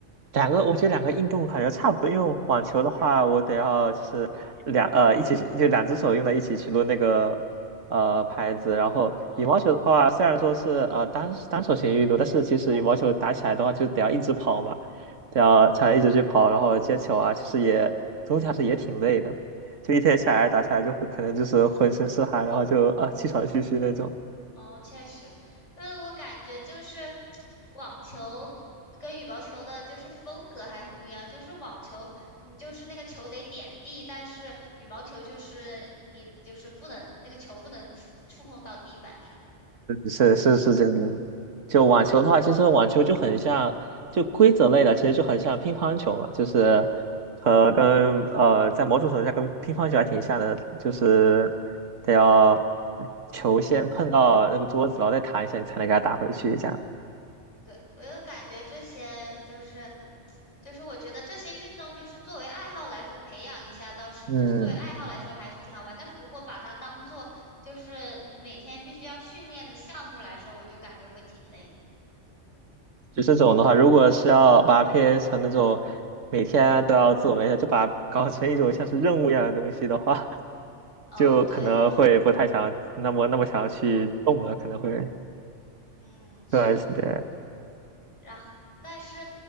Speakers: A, on the right (about 85°); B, on the left (about 75°).
A: 两个，我觉得两个运动感觉差不多。因为网球的话，我得要就是两呃一起去，就两只手用在一起去抡那个呃拍子。然后羽毛球的话，
B: 哦
A: 虽然说是呃单单手型运动，但是其实羽毛球打起来的话，就得要一直跑嘛，得要才一直去跑，然后接球啊，其实也总体来说也挺累的。就一天下来打下来，就会可能就是浑身是汗，然后就啊气喘吁吁那种。
B: 哦，确实，因为我感觉就是网球跟羽毛球的，就是风格还很不一样。就是网球，你就是那个球得点地，但是羽毛球就是你就是不能那个球不能触触碰到地板上。
A: 是是是真的。就网球的话，其实网球就很像，就规则类的，其实就很像乒乓球嘛，就是和跟呃，在某种程度上跟乒乓球还挺像的，就是得要球先碰到那个桌子，然后再弹一下，你才能给它打回去，这样。
B: 对，我就感觉这些就是，就是我觉得这些运动就是作为爱好来说培养一下，倒是就是作为爱好来说还是挺好玩。
A: 嗯，
B: 但是如果把它当做就是每天必须要训练的项目来说，我就感觉会挺累的。
A: 就这种的话，如果是要把它 PA 成那种每天都要做我冥想就把它搞成一种像是任务一样的东西的话，<laughs>
B: 哦，
A: 就可能会不太想那么那么想要去动了，
B: 对，
A: 可能会。
B: 嗯，是的。
A: 对对，
B: 然后，但是